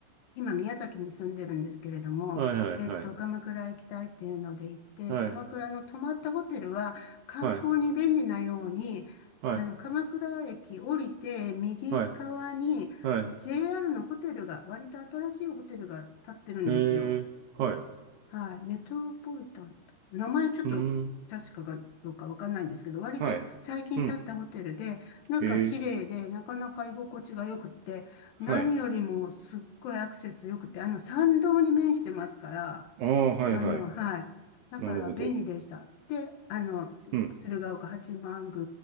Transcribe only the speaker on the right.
はい。
はい。
はい。
はい。はい。
はい。
はい。はい。
へえ。はい。
うーん。
はい。うん。
えー、
はい。
ああ、はいはい。
なるほど。
うん。